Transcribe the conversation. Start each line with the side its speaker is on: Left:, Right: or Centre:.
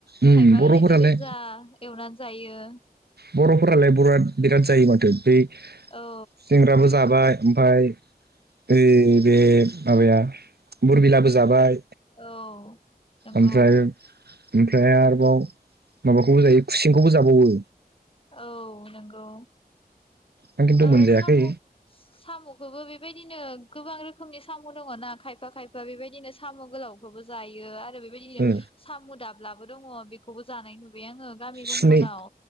Right: उम
Left: खायफा
Right: बर'फोरालाय
Left: ओरैनो गोजा एवनानै जायो
Right: बर'फोरालाय बर'आ बिराद जायो माथो बै गुसिंग्राबो
Left: औ
Right: जाबाय ओमफाय ओइ बे माबाया बोरबिलाबो जाबाय
Left: औ नंगौ
Right: ओमफ्राय ओमफ्राय आरोबाव माबाखौबो जायो खुसेंखौबो जाबावो
Left: औ नंगौ
Right: आं खिन्थु
Left: ओ
Right: मोनजायाखै
Left: सामु सामुखौबो बेबायदिनो गोबां रोखोमनि सामु दङ ना खायफा खायफा बेबायदिनो सामु गोलावखौबो जायो आ रो बेबायदिनो
Right: ओ
Left: सामु दाबलाबो दङ बेखौबो जानाय नुबाय आङो गामि गंखनाव
Right: सुनै